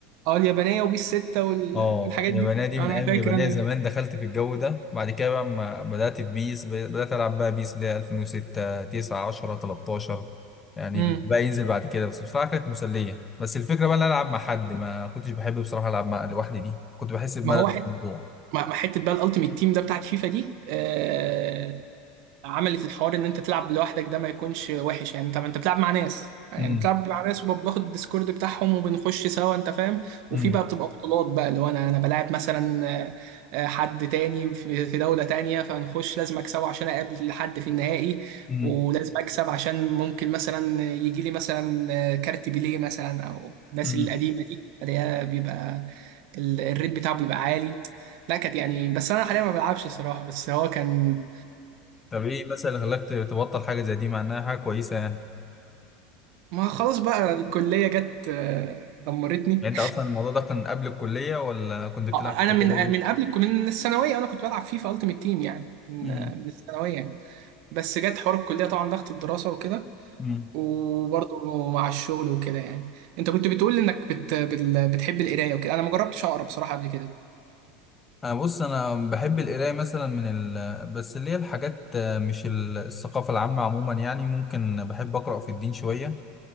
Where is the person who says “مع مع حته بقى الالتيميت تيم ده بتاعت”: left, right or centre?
Right